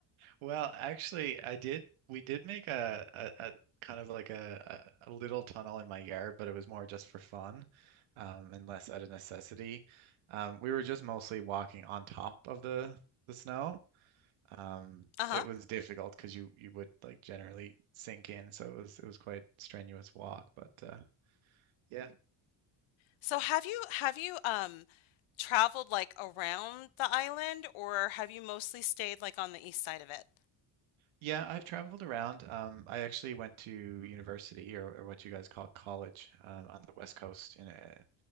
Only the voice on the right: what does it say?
Well, actually, I did. We did make a, a, a kind of like a, a a little tunnel in my yard, but it was more just for fun, um, and less out of necessity. Um, we were just mostly walking on top of the the snow. Um,
it was difficult because you you would like generally sink in, so it was it was quite strenuous walk. But uh, yeah,
yeah, I've traveled around. Um, I actually went to university or, or what you guys call college um, on the West Coast in a